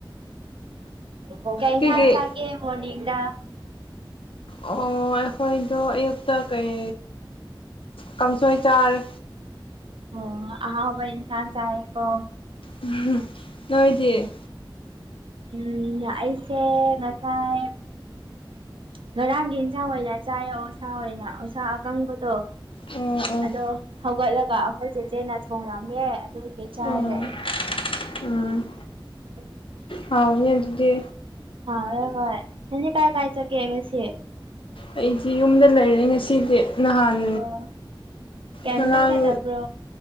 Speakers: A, on the right; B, on the left.
A: ꯑꯣ ꯀꯩ ꯏꯟꯁꯥꯡ
B: ꯀꯩꯀꯩ
A: ꯆꯥꯒꯦ ꯃꯣꯔꯅꯤꯡꯗ
B: ꯑꯣ ꯑꯩꯈꯣꯏꯗꯣ ꯑꯌꯨꯛꯇ ꯀꯩ ꯀꯥꯡꯁꯣꯏ ꯆꯥꯔꯦ
A: ꯑꯣ ꯑꯍꯥꯎꯕ ꯏꯟꯁꯥꯡ ꯆꯥꯏꯌꯦꯀꯣ
B: <unintelligible> ꯅꯣꯏꯗꯤ
A: ꯎꯝ ꯑꯩꯁꯦ ꯉꯁꯥꯏ ꯉꯔꯥꯡꯒꯤ ꯏꯟꯁꯥꯡ ꯑꯣꯏꯅ ꯆꯥꯏꯌꯦ ꯑꯣꯁꯥ ꯑꯣꯏꯅ ꯑꯣꯁꯥ ꯑꯀꯪꯕꯗꯣ
B: ꯎꯝ
A: ꯑꯗꯣ ꯍꯧꯒꯠꯂꯒ ꯑꯩꯈꯣꯏ ꯆꯦꯆꯦꯅ ꯊꯣꯡꯔꯝꯃꯦ ꯑꯗꯨꯒꯤ ꯆꯥꯢꯌꯦ
B: ꯎꯝ ꯎꯝ
A: <inaudible>
B: ꯍꯥꯎꯅꯤ ꯑꯗꯨꯗꯤ
A: ꯍꯥꯎꯔꯦ ꯍꯣꯏ ꯅꯪꯗꯤ ꯀꯥꯏ ꯀꯥꯢ ꯆꯠꯀꯦ ꯉꯁꯤ
B: ꯑꯩꯗꯤ ꯌꯨꯝꯗ ꯂꯩꯔꯦ ꯉꯁꯤꯗꯤ ꯉꯍꯥꯟ
A: ꯑꯣ ꯀꯩꯝꯇ
B: ꯉꯔꯥꯡ
A: ꯆꯠꯇꯕ꯭ꯔꯣ